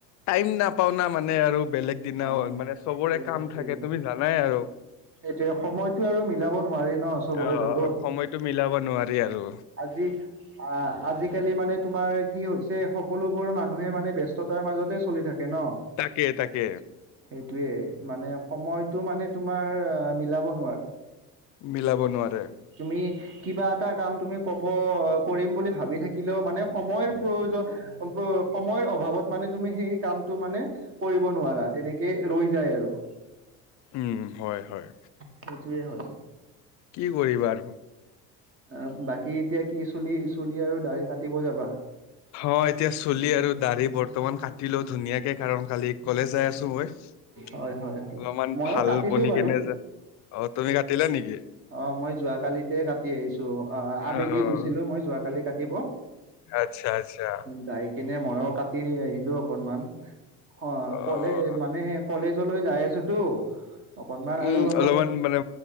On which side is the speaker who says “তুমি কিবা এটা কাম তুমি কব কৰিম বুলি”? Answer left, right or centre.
Right